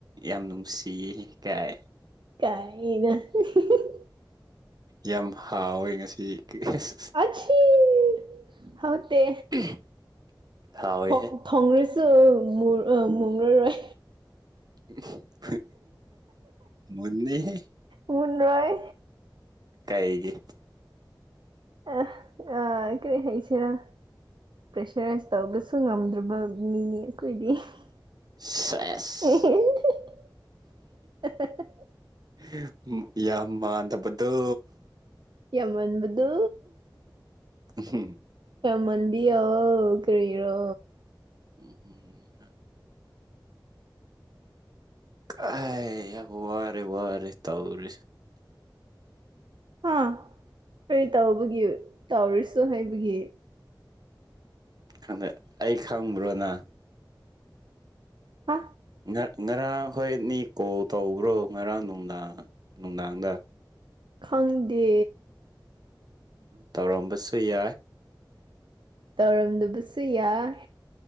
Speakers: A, on the right (about 55°); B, on the right (about 70°).
A: ꯌꯥꯝ ꯅꯨꯡꯁꯤꯌꯦ ꯀꯥꯏ
B: ꯀꯥꯏꯅ <unintelligible>
A: ꯌꯥꯝ ꯍꯥꯎꯋꯦ ꯉꯁꯤ <unintelligible>
B: <unintelligible> ꯍꯥꯎꯇꯦ
A: <inaudible> ꯍꯥꯎꯋꯦꯍꯦ
B: ꯊꯣꯡ ꯊꯣꯡꯔꯁꯨ ꯃꯨ ꯃꯨꯔꯔꯣꯏ
A: <inaudible> ꯃꯨꯟꯅꯤꯍꯦ
B: ꯃꯨꯟꯔꯣꯏ
A: ꯀꯩꯒꯤ
B: ꯑ ꯑ ꯀꯔꯤ ꯍꯥꯏꯁꯤꯔ ꯄ꯭ꯔꯦꯁꯔꯥꯏꯁ ꯇꯧꯕꯁꯨ ꯉꯝꯗ꯭ꯔꯕ ꯃꯤꯅꯤ ꯑꯩꯈꯣꯏꯗꯤ <inaudible>
A: ꯁꯦꯁ
B: <inaudible>
A: ꯍꯦꯞ ꯌꯥꯝ ꯃꯥꯟꯗꯕꯗꯣ
B: ꯌꯝꯃꯟꯕꯗꯣ
A: ꯍ
B: ꯌꯝꯃꯥꯟꯕꯤꯌꯣ ꯀꯔꯤꯔꯣ
A: <unintelligible> ꯀꯥꯏ ꯌꯥꯝ ꯋꯥꯔꯦ ꯋꯥꯔꯦ ꯇꯧꯔꯤꯁꯤ
B: ꯍꯥ ꯀꯔꯤ ꯇꯧꯕꯒꯤ ꯇꯧꯔꯁꯨ ꯍꯥꯏꯕꯒꯤ
A: ꯈꯪꯗꯦ ꯑꯩ ꯈꯪꯕ꯭ꯔꯣꯅ
B: ꯍꯥ
A: ꯉ ꯉꯔꯥꯡ ꯈꯣꯏꯅꯤ ꯀꯣꯜ ꯇꯧꯕ꯭ꯔꯣ ꯉꯔꯥꯡ ꯅꯨꯡꯗꯥꯡ ꯅꯨꯡꯗꯥꯡꯗ
B: ꯈꯪꯗꯦ
A: ꯇꯧꯔꯝꯕꯁꯨ ꯌꯥꯏ
B: ꯇꯧꯔꯝꯗꯕꯁꯨ ꯌꯥꯏ